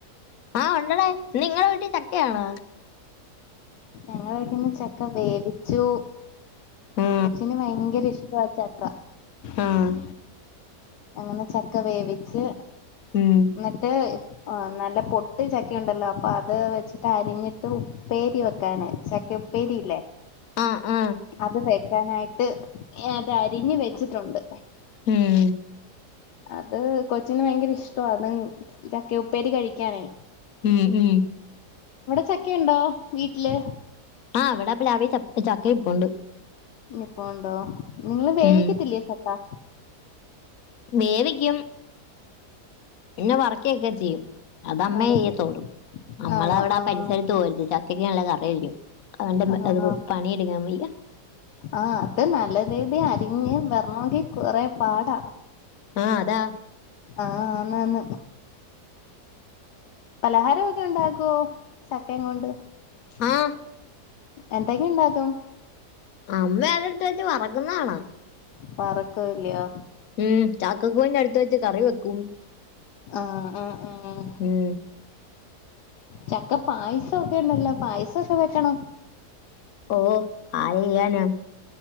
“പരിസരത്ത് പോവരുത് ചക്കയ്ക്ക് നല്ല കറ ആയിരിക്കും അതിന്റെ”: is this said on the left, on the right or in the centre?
Left